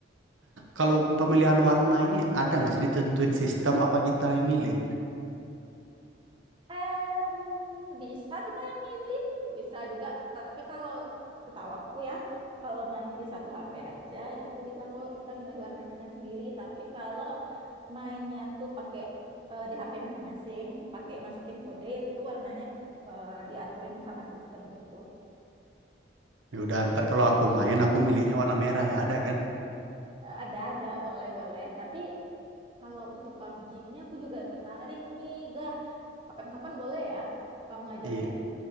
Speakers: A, on the right; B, on the right.
A: kalau pemilihan warna ini ada nggak sih ditentuin sistem apa kita yang milih?
B: Eh, Bisa kita yang milih, bisa juga. Tapi kalau setahu aku ya, kalau main di satu HP aja, itu tuh bisa kok kita milih warnanya sendiri. Tapi kalau mainnya tuh pakai eh, di HP masing-masing, pakai masukin kode, itu tuh warnanya eh, diaturin sama sistem gitu.
A: Ya udah ntar kalau aku main aku milihnya warna merah ya ada kan?
B: Eh, ada, ada, boleh-boleh. Tapi kalau untuk PUBG ini aku juga tertarik nih, Gah. Kapan-kapan boleh ya kamu ajarin?
A: Iya.